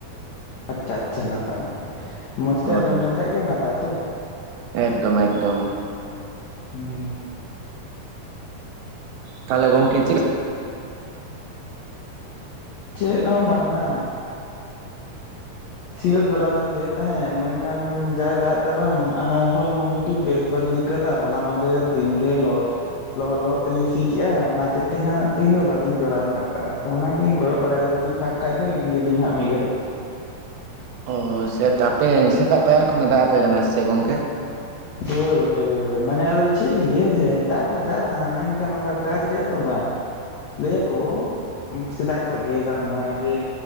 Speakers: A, on the left; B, on the right.
A: ᱟᱪᱪᱷᱟ ᱟᱪᱪᱷᱟ ᱱᱟᱯᱟᱭ ᱱᱟᱯᱟᱭ ᱢᱚᱸᱡᱽᱛᱮ
B: ᱦᱳᱭ
A: ᱟᱸᱡᱚᱢ
B: ᱦᱳᱭ
A: ᱞᱮᱱᱠᱷᱟ ᱜᱮ ᱱᱟᱯᱟᱭ ᱛᱚ
B: ᱮᱠᱫᱚᱢ ᱮᱠᱫᱚᱢ
A: <unintelligible>
B: ᱛᱟᱦᱚᱞᱮ ᱜᱚᱝᱠᱮ <unintelligible>
A: ᱪᱮᱫ ᱦᱚᱸ ᱵᱟᱝᱼᱟ ᱥᱤᱭᱳᱜ ᱡᱚᱲᱟᱣ ᱞᱤᱧ ᱞᱟᱹᱭᱮᱫ ᱛᱟᱦᱮᱸᱫ ᱢᱮᱱᱠᱷᱟᱱ ᱡᱟᱭ ᱫᱟᱜ ᱫᱚ ᱵᱟᱝ ᱟᱨ ᱦᱚᱲᱢᱚ ᱟᱹᱰᱤ ᱵᱮᱥ ᱵᱟᱹᱞᱤᱧ ᱟᱹᱭᱠᱟᱹᱣᱫᱟ ᱦᱚᱞᱟ ᱢᱟᱫᱷᱮᱨ ᱫᱤᱱᱜᱮ ᱞᱚᱦᱚᱫ ᱞᱚᱦᱚᱜ ᱞᱚᱦᱚᱜ ᱛᱮᱞᱤᱧ ᱥᱤ ᱠᱮᱫᱮᱜᱼᱟ ᱚᱱᱟᱚᱛᱮᱜ ᱛᱮ ᱦᱟᱸᱜ ᱛᱮᱦᱤᱧ ᱫᱚ ᱵᱟᱹᱞᱤᱧ ᱡᱚᱲᱟᱣ ᱧᱚᱜ ᱠᱟᱜᱼᱟ ᱟᱫᱚ ᱚᱱᱟᱱᱟᱜᱞᱤᱧ ᱠᱚᱭᱚᱜ ᱵᱟᱲᱟᱭᱮᱫᱟ ᱡᱩᱫᱤ <unintelligible> ᱫᱚ ᱤᱫᱤ ᱟᱹᱞᱤᱧ ᱦᱟᱸᱜ ᱢᱤᱜ ᱜᱟᱹᱲᱤᱡ
B: ᱚᱻ ᱥᱮ ᱛᱟᱯᱮ ᱥᱮᱛᱟᱜ ᱯᱟᱭᱟᱨ ᱠᱷᱚᱱᱮ ᱫᱟᱜ ᱟᱯᱮ ᱠᱟᱱᱟ ᱥᱮ ᱜᱚᱝᱠᱮ?
A: ᱦᱳᱭ ᱜᱚᱢᱠᱮ ᱦᱳᱭ ᱦᱳᱭ ᱦᱳᱭ ᱢᱟᱱᱮ ᱟᱫᱚ ᱪᱮᱜ ᱞᱤᱧ ᱞᱟᱹᱭ ᱡᱮ ᱫᱟᱜ ᱫᱚᱭ ᱫᱟᱜ ᱫᱟ ᱢᱮᱱᱠᱷᱟᱱ ᱚᱝᱠᱟ ᱠᱟᱡ ᱨᱮᱭᱟᱜ ᱫᱚ ᱵᱟᱝ ᱾ ᱞᱟᱹᱭᱟᱠᱚ ᱥᱮᱫᱟᱭ ᱠᱷᱚᱱ ᱜᱮ ᱵᱟᱝᱢᱟ ᱡᱮ